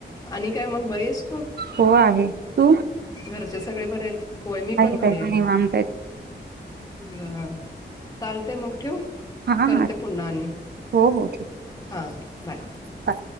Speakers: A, on the left; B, on the right.
A: आणि काय मंग बरीयेस, तू?
B: हो आहे, तू?
A: घरचे सगळे, बरे येत, होय मी
B: आहेत
A: पण, बरि
B: आहेत
A: बघ.
B: निवांत आहेत
A: बरं, चालतय, मग ठेवू?
B: हा
A: करते
B: हा
A: पुन्हा आणि
B: हो हो ठीक
A: हां, बाय.
B: आहे हा बाय